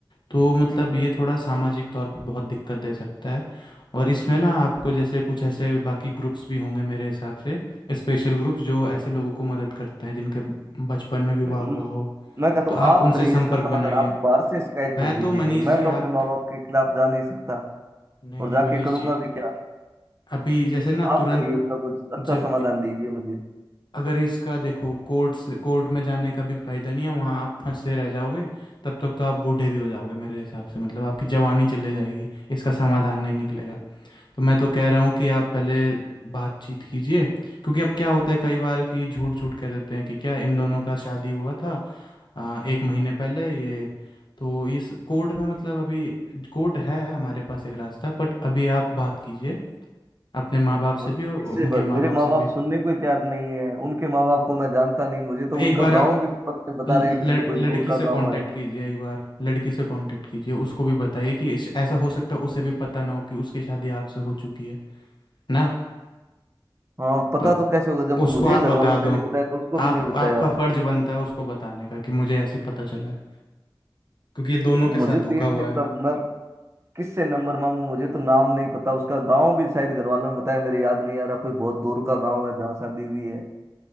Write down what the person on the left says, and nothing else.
तो मतलब ये थोड़ा सामाजिक तौर पे बहुत दिक्कत दे सकता है और इसमें ना आपको जैसे कुछ ऐसे बाकी ग्रुप्स भी होंगे मेरे हिसाब से स्पेशल ग्रुप्स जो ऐसे लोगों को मदद करते हैं जिनके बचपन में विवाह
हुआ हो
तो
आप
उनसे
संपर्क
बनाइए
मैं
तो मनीष
जी
आप
नहीं
नहीं
मनीष
जी
अभी जैसे ना
तुरंत
जब
अगर इसका देखो कोर्ट से कोर्ट में जाने का भी फायदा नहीं है वहाँ आप फंसे रह जाओगे तब तक तो आप बूढ़े भी हो जाओगे मेरे हिसाब से मतलब आपकी जवानी चले जाएगी इसका समाधान नहीं निकलेगा तो मैं तो कह रहा हूँ कि आप पहले बातचीत कीजिए क्योंकि अब क्या होता है कई बार कि झूठ झूठ कह देते हैं कि क्या इन दोनों का शादी हुआ था आ, एक महीने पहले ये तो इस कोर्ट में मतलब अभी कोर्ट है हमारे पास एक रास्ता बट अभी आप बात कीजिए अपने माँ बाप
से भी और उनके
माँ
बाप
से
भी
एक
बार आप
लड़,
लड़की
से
कांटेक्ट
कीजिए एक बार लड़की से कांटेक्ट कीजिए उसको भी बताइए कि इस- ऐसा हो सकता है उसे भी पता ना हो कि उसकी शादी आपसे हो चुकी है ना
तो
उसको
आप
बता
दो
आप
आपका फर्ज बनता है उसको बताने का कि मुझे ऐसे ही पता चला है क्योंकि ये दोनों
के साथ
धोखा
हुआ
है